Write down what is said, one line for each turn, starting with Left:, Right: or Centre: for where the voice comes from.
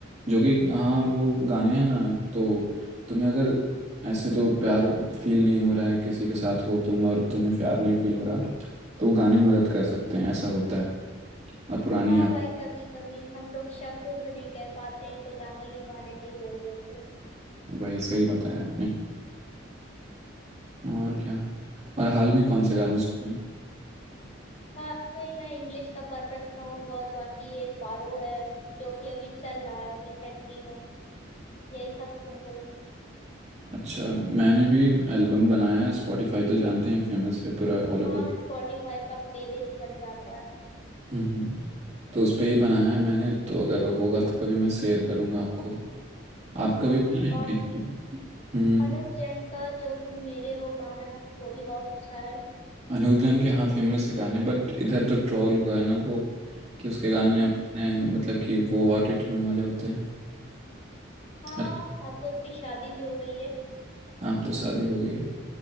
Right: जो कि हाँ वो गाने हैं ना तो तुम्हें अगर ऐसे तो प्यार फील नहीं हो रहा है किसी के साथ हो तुम और तुम्हें प्यार नहीं फील हो रहा तो वो गाने मदद कर सकते हैं ऐसा होता है और पुरानी
Left: हाँ
Right: याद
Left: भाई कभी कभी हम लोग शब्दों से नहीं कह पाते हैं तो गाने ही हमारे लिए बोल देते हैं
Right: वही सही बताया आपने और क्या और हाल में कौन से गाने
Left: और
Right: सुने हैं?
Left: हाँ भाई मैं इंग्लिश का परफेक्ट सॉन्ग और बाकी एक बारो है जो कि अभी चल रहा है रिसेंटली में यही सब सुन रही हूँ
Right: अच्छा मैंने भी एल्बम बनाया है स्पॉटिफाई तो जानते हैं फेमस है पूरा ऑल ओवर
Left: हाँ स्पॉटिफाई का प्लेलिस्ट बन जाता है
Right: हम्म तो उस पे ही बनाया है मैंने तो अगर होगा तो कभी मैं शेयर करूँगा आपको आपका
Left: हाँ
Right: भी बना है
Left: बाकी
Right: क्या? हम्म
Left: अनुप जैन का जो तुम मेरे हो गाना वो भी बहुत अच्छा है
Right: अनूप जान के हाँ फेमस है गाने बट इधर तो ट्रोल हुआ है ना वो कि उसके गाने
Left: हम्म,
Right: अब अपने मतलब कि वो ऑटो ट्यून वाले होते हैं
Left: हाँ
Right: अच्छा
Left: अब तो उसकी शादी भी हो गई है
Right: आप तो शादी हो गई है